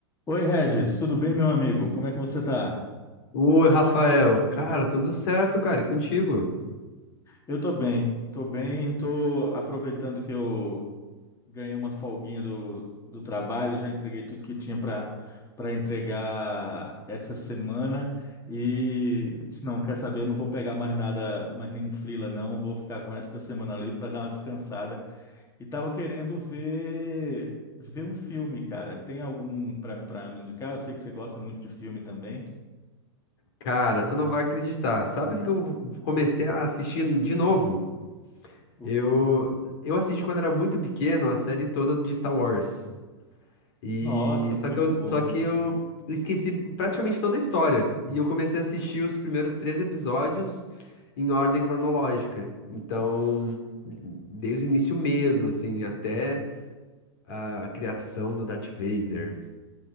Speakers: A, on the left; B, on the left.
A: Oi, Regis, tudo bem, meu amigo? Como é que você tá?
B: Oi, Rafael. Cara, tudo certo, cara, e contigo?
A: Eu tô bem, tô bem, tô aproveitando que eu ganhei uma folguinha do, do trabalho, já entreguei tudo que tinha para para entregar essa semana e disse, não, quer saber, não vou pegar mais nada, mais nenhum freela não, vou ficar com o resto da semana livre para dar uma descansada. E tava querendo ver ver um filme, cara. Tem algum para para me indicar? Eu sei que você gosta muito de filme também.
B: Cara, tu não vai acreditar. Sabe o que que eu comecei a assistir de novo?
A: O-
B: Eu, eu assisti quando era muito pequeno a série toda de Star Wars. E
A: Nossa,
B: só
A: muito
B: que eu,
A: bom.
B: só que eu esqueci praticamente toda a história. E eu comecei a assistir os primeiros três episódios em ordem cronológica. Então, desde o início mesmo, assim, até a criação do Darth Vader.